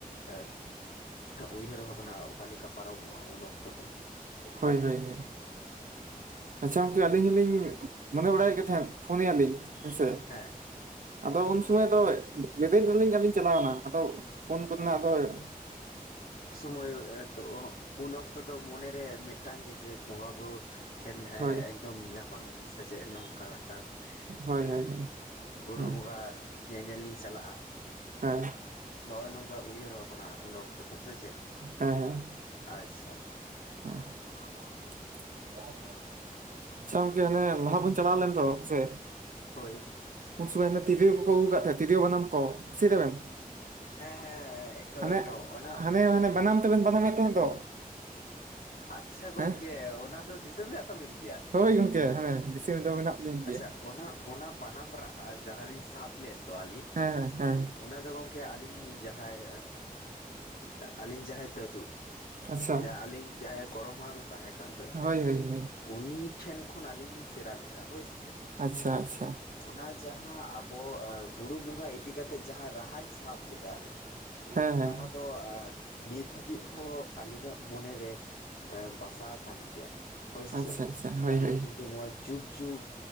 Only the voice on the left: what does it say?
ᱮ ᱩᱭᱦᱟᱹᱨ ᱵᱷᱟᱵᱱᱟ ᱚᱠᱟᱞᱮᱠᱟ ᱯᱟᱨᱚᱢᱚᱜᱼᱟ ᱩᱱ ᱚᱠᱛᱚ ᱫᱚ
ᱦᱮᱸ
ᱥᱚᱢᱚᱭ ᱮᱛ ᱚᱦᱚ ᱩᱱ ᱚᱠᱛᱚ ᱫᱚ ᱢᱚᱱᱮ ᱨᱮ ᱢᱤᱫᱴᱟᱝ ᱜᱮ ᱡᱮ ᱵᱚᱸᱜᱟ ᱵᱩᱨᱩ ᱴᱷᱮᱱ
ᱮᱠᱫᱚᱢ ᱧᱟᱯᱟᱢᱤᱧ ᱥᱮ ᱪᱮᱫ ᱱᱚᱝᱠᱟ ᱢᱤᱫᱴᱟᱝ
ᱮᱸ
ᱵᱩᱨᱩ ᱵᱚᱸᱜᱟ ᱧᱮᱧᱮᱞ ᱞᱤᱧ ᱪᱟᱞᱟᱜᱼᱟ
ᱱᱚᱜᱼᱭ ᱱᱚᱝᱠᱟ ᱩᱭᱦᱟᱹᱨ ᱵᱷᱟᱵᱽᱱᱟ ᱩᱱ ᱚᱠᱛᱚ ᱛᱚ ᱥᱮ ᱪᱮᱫ
ᱟᱪᱪᱷᱟ
ᱦᱳᱭ
ᱦᱮᱸ ᱦᱮᱸ ᱮᱠᱫᱚᱢ
ᱮᱠᱫᱚᱢ ᱚᱱᱟ
ᱟᱪᱪᱷᱟ ᱜᱚᱝᱠᱮ
ᱚᱱᱟ ᱫᱚ ᱫᱤᱥᱟᱹ ᱢᱮᱱᱟᱜ ᱛᱟᱵᱤᱱ ᱜᱮᱭᱟ
ᱟᱪᱪᱷᱟ ᱚᱱᱟ ᱚᱱᱟ ᱵᱟᱱᱟᱢ ᱨᱟᱦᱟ ᱡᱟᱦᱟᱸᱞᱤᱧ ᱥᱟᱵ ᱞᱮᱫ ᱫᱚ ᱟᱞᱤᱧ
ᱚᱱᱟ ᱫᱚ ᱜᱚᱝᱠᱮ ᱟᱞᱤᱧ ᱡᱟᱦᱟᱸᱭ ᱟᱹᱞᱤᱧ ᱡᱟᱦᱟᱸᱭ ᱫᱟᱫᱩ
ᱡᱮ ᱟᱞᱤᱧ ᱡᱟᱦᱟᱸᱭ ᱜᱲᱚᱢ ᱦᱟᱲᱟᱢᱮ ᱛᱟᱦᱮᱸ ᱠᱟᱱ ᱫᱚᱭ
ᱩᱱᱤ ᱴᱷᱮᱱ ᱠᱷᱚᱱ ᱟᱹᱞᱤᱧ ᱞᱤᱧ ᱥᱮᱬᱟ ᱞᱮᱫᱟ ᱦᱳᱭ ᱥᱮ
ᱚᱱᱟ ᱡᱟᱦᱟᱸ ᱟᱵᱚ ᱵᱩᱨᱩ ᱵᱚᱸᱜᱟ ᱤᱫᱤ ᱠᱟᱛᱮᱜ ᱡᱟᱦᱟᱸ ᱨᱟᱦᱟᱧ ᱥᱟᱵ ᱞᱮᱫᱟ
ᱟᱫᱚ ᱱᱤᱛ ᱦᱟᱹᱵᱤᱡ ᱦᱚᱸ ᱟᱹᱞᱤᱧᱟᱜ ᱢᱚᱱᱮ ᱨᱮ ᱵᱟᱥᱟ ᱠᱟᱱ ᱜᱮᱭᱟ ᱦᱳᱭ ᱥᱮᱥᱮ
ᱟᱹᱞᱤᱧ
ᱠᱤᱱᱛᱩ ᱱᱚᱣᱟ ᱡ ᱡᱩᱜᱽ